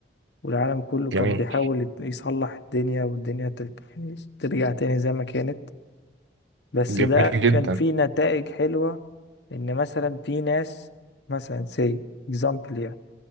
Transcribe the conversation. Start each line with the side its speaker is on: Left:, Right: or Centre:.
Left: والعالم كله كان
Right: جميل
Left: بيحاول يت- يصلح الدنيا والدنيا تر- يعني ترجع تاني زي ما كانت بس
Right: جميل
Left: ده
Right: جدا
Left: كان فيه نتائج حلوة إن مثلا في ناس مثلا say example يعني